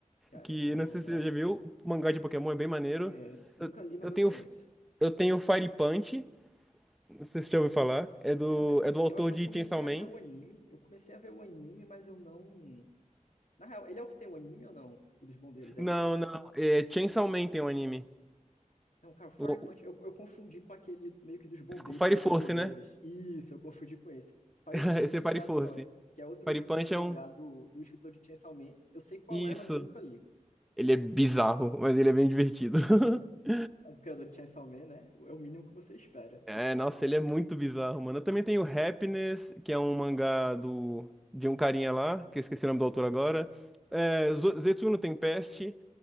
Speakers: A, on the left; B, in the centre.
A: Caramba,
B: que não sei
A: legal.
B: se você já viu, o mangá de Pokémon é bem maneiro.
A: Conheço.
B: Eu,
A: Nunca li, mas
B: eu
A: eu
B: tenho
A: conheço.
B: eu tenho Fire Punch, não sei se você já ouviu falar, é do
A: Caramba,
B: é do autor
A: eu acho
B: de
A: que eu comecei
B: Chainsaw Man.
A: a ver o anime. Eu comecei a ver o anime, mas eu não. Na real, ele é o que tem o anime ou não? O dos bombeiros, é
B: Não,
A: esse?
B: não, é Chainsaw Man tem um anime.
A: Não, cara, o Fire
B: O,
A: Punch,
B: o-
A: eu, eu confundi com aquele meio que dos bombeiros
B: Fire
A: que
B: Force,
A: tem poderes.
B: né?
A: Isso, eu confundi com esse. Fire
B: <laughs>
A: Punch eu
B: Esse
A: tô ligado
B: é Fire Force.
A: qual é, que é outro,
B: Fire Punch
A: outro mangá
B: é um
A: do, do escritor de Chainsaw Man. Eu sei qual
B: isso.
A: é, mas eu nunca li.
B: Ele é bizarro, mas ele é bem divertido. <laughs>
A: É do criador de Chainsaw Man, né? É o mínimo que você espera.
B: É, nossa, ele é muito bizarro, mano. Eu também tenho Happiness, que é um mangá do, de um carinha lá, que eu esqueci o nome do autor agora. É, Zo- Zetsu tem Peste,